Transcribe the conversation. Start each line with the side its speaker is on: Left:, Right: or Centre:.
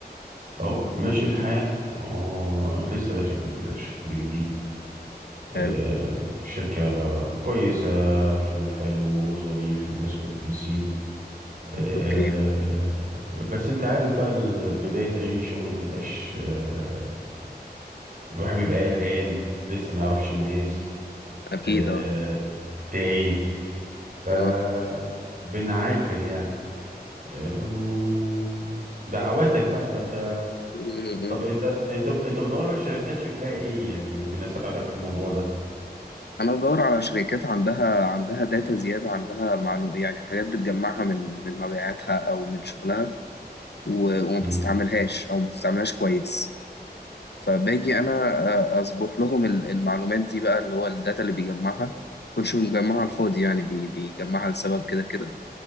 Right: اهو ماشي الحال اه لسه داخل شغل جديد
Left: حلو
Right: آه شركة كويسة شغل حلو وظريف الناس كويسين آه
Left: أوكي
Right: بس انت عارف بقى ال- بداية اي شغل مبقاش آه الواحد بيبقى قلقان لسه ما يعرفش الناس
Left: أكيد
Right: آه
Left: أه
Right: تايه فبنعافر
Left: آه.
Right: يعني و- ودعواتك بقى فانت
Left: م- م.
Right: طب انت انت انت بتدور على شركات شكلها ايه يعني ممكن اساعدك في الموضوع ده
Left: أنا بدور على شركات عندها عندها داتا زيادة عندها معلومة يعني حاجات بتجمعها من من مبيعاتها أو من شغلها و- وما
Right: مم.
Left: بتستعملهاش أو ما بتستعملهاش كويس فباجي انا آه، اظبط لهم ال- المعلومات دي بقى اللي هو الداتا اللي بيجمعها مكنش مجمعها على الفاضي يعني بي- بيجمعها لسبب كده كده